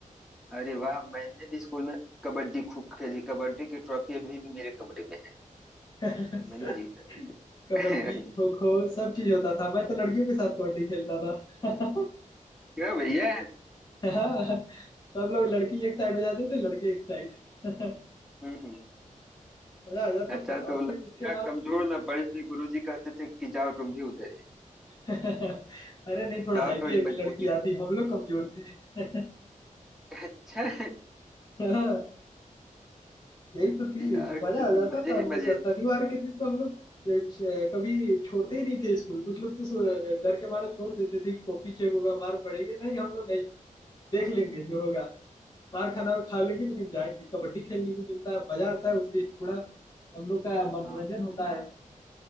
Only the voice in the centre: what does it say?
अरे वाह मैंने भी स्कूल में कबड्डी खूब खेली कबड्डी की ट्रॉफी अभी भी मेरे कमरे में है
मैंने जीता
भी
है। <laughs>
क्यों भैया
हम्म हम्म।
अच्छा
तो
लड़कियां
कमजोर ना पड़ी इसलिए गुरुजी कहते थे कि जाओ तुम भी उधर ही
जाओ
थोड़ी
मजबूती
दो
<laughs> अच्छा
यार
फिर
तो मजे
ही
मजे
हाँ